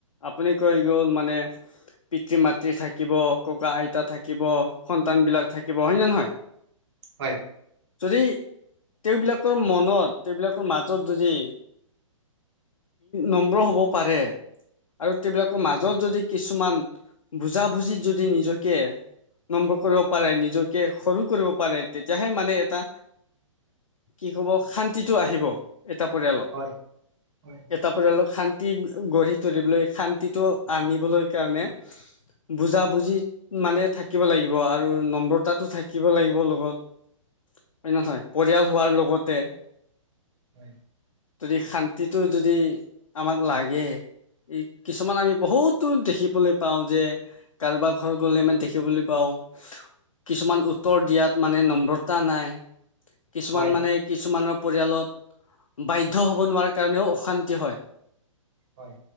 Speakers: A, on the left (about 80°); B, on the right (about 50°).
A: আপুনি কৈ গ'ল মানে পিতৃ মাতৃ থাকিব ককা আইতা থাকিব সন্তান বিলাক থাকিব হয় নে নহয়
B: হয়
A: যদি তেওঁবিলাকৰ মনত তেওঁবিলাকৰ মাজত যদি নম্ৰ হব পাৰে আৰু তেওঁবিলাকৰ মাজত
B: হয়
A: যদি কিছুমান বুজা বুজি যদি নিজকে নম্ৰ কৰিব পাৰে নিজকে সৰু কৰিব পাৰে তেতিয়াহে মানে এটা কি কব শান্তিটো আহিব এটা পৰিয়ালত
B: হয় হয়
A: এটা পৰিয়ালৰ শান্তি গঢ়ি তুলিবলৈ শান্তিটো আনিবলৈ কাৰণে বুজা বুজি মানে থাকিব লাগিব আৰু নম্ৰতাতো থাকিব লাগিব লগত হয় নহয় পৰিয়াল হোৱাৰ লগতে
B: হয়
A: যদি শান্তিটো যদি আমাক লাগে ই কিছুমান আমি বহুতো দেখিবলৈ পাওঁ যে কাৰোবাৰ ঘৰ গলে মানে দেখিবলৈ পাওঁ কিছুমান উত্তৰ দিয়াত মানে নম্ৰতা নাই কিছুমান
B: হয় হয়
A: মানে কিছুমানৰ পৰিয়ালত বাধ্য হ'ব নোৱাৰাৰ কাৰণেও অশান্তি হয়।
B: হয়।